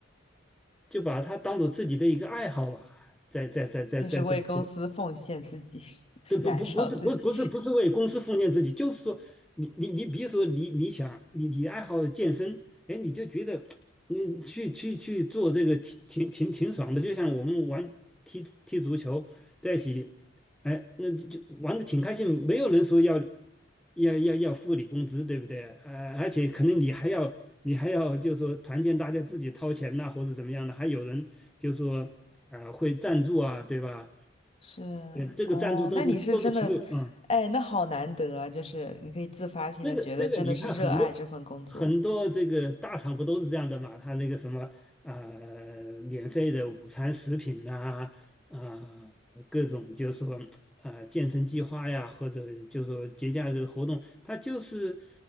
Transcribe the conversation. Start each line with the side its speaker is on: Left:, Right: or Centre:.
Centre: 就把它当做自己的一个爱好吧，在在在在在在做。
Left: 就是为公司奉献自己，<laughs>
Centre: 这不不不是不是不是不是为公司奉献自己，
Left: 燃烧自己。
Centre: 就是说你你你比如说你你想你你爱好健身，哎，你就觉得你去去去做这个挺挺挺挺爽的，就像我们玩踢踢足球在一起，哎，那就就玩的挺开心，没有人说要要要要付你工资，对不对？呃，而且可能你还要你还要就是说团建，大家自己掏钱呐、或者怎么样的，还有人就说呃会赞助啊，对吧？
Left: 是
Centre: 呃，这个赞助都是都是球友啊，
Left: 哦，那你是真的，哎，那好难得啊！就是你可以自发性的觉得真的是热爱这份工作，
Centre: 这个这个你看很多很多这个大厂不都是这样的嘛？他那个什么呃，免费的午餐食品呐、啊，啊各种就是说啊、健身计划呀，或者就是说节假日活动，他就是